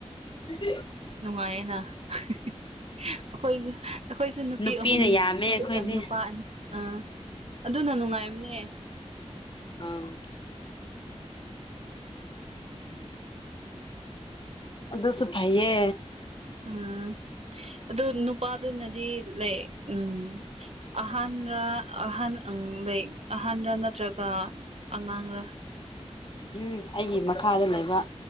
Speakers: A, on the left; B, on the right.
A: <unintelligible>
B: ꯅꯨꯡꯉꯥꯏꯗ ꯑꯩꯈꯣꯏꯁꯨ ꯑꯩꯈꯣꯏꯁꯨ ꯅꯨꯄꯤ
A: ꯅꯨꯄꯤꯅ
B: ꯑꯍꯨꯝꯅꯤ
A: ꯌꯥꯝꯃꯦ
B: ꯑꯗꯨꯒ
A: ꯑꯩꯈꯣꯏꯗꯤ
B: ꯅꯨꯄꯥ ꯑꯅꯤ ꯑ ꯑꯗꯨꯅ ꯅꯨꯡꯉꯥꯏꯕꯅꯦ
A: ꯑꯝ ꯑꯗꯨꯁꯨ ꯐꯥꯏꯌꯦ
B: ꯑꯝ ꯑꯗꯨ ꯅꯨꯄꯥꯗꯨꯅꯗꯤ ꯂ ꯎꯝ ꯑꯍꯥꯟꯕ ꯑꯍꯥꯟ ꯎꯝ ꯑꯩ ꯑꯍꯟꯔ ꯅꯠꯇ꯭ꯔꯒ ꯑꯉꯥꯡꯔ
A: ꯎꯝ ꯑꯩꯒꯤ ꯃꯈꯥꯗ ꯂꯩꯕ